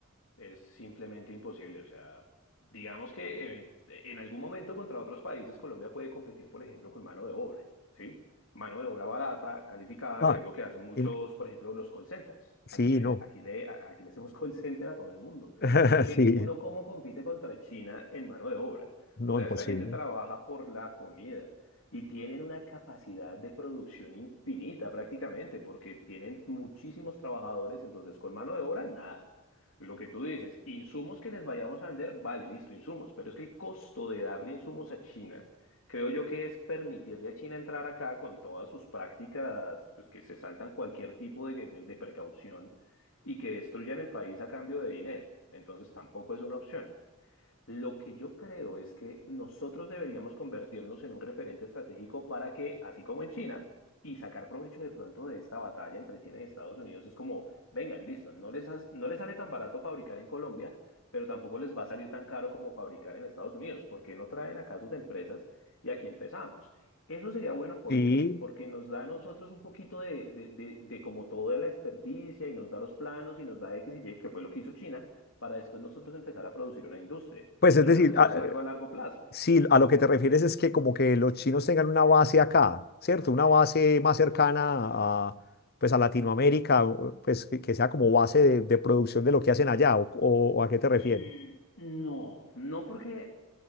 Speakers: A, on the left (about 75°); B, on the left (about 50°).
A: es simplemente imposible. O sea, digamos que even- e, en algún momento contra otros países Colombia puede competir, por ejemplo, con mano de obra, ¿sí? Mano de obra barata, calificada,
B: Ah,
A: que es lo que hacen muchos,
B: y-
A: por ejemplo, los call centers.
B: sí,
A: Aquí ven,
B: no,
A: aquí le, a- aquí le hacemos <laughs> call center a todo el mundo.
B: <laughs>
A: Pero es que
B: sí,
A: uno cómo compite contra China en mano de obra.
B: no,
A: O sea,
B: imposible.
A: esta gente trabaja por la comida. Y tienen una capacidad de producción infinita prácticamente, porque tienen muchísimos trabajadores, entonces con mano de obra, nada. Lo que tú dices, insumos que les vayamos a vender, vale, listo, insumos, pero es que el costo de darle insumos a China, creo yo que es permitirle a China entrar acá con todas sus prácticas, pues que se saltan cualquier tipo de, de de precaución y que destruyan el país a cambio de dinero. Entonces tampoco es una opción. Lo que yo creo es que nosotros deberíamos convertirnos en un referente estratégico para que, así como en China, y sacar provecho de pronto de esta batalla entre China y Estados Unidos, es como, vengan, listo, no les, has- no les sale tan barato fabricar en Colombia, pero tampoco les va a salir tan caro como fabricar en Estados Unidos. ¿Por qué no traen acá sus empresas y aquí empezamos? Eso sería bueno, ¿por
B: Sí,
A: qué? Porque nos da a nosotros un poquito de, de, de, de como toda la experticia y nos da los planos y nos da X y Y, que fue lo que hizo China para después nosotros empezar a producir una industria
B: pues es
A: pero
B: decir,
A: pues eso
B: a-
A: es algo a largo plazo.
B: Sí, a lo que te refieres es que como que los chinos tengan una base acá, ¿cierto? Una base más cercana a, pues a Latinoamérica, o, pues que, que sea como base de, de producción de lo que hacen allá, o, o- o a qué te refieres.
A: Mm, no, no porque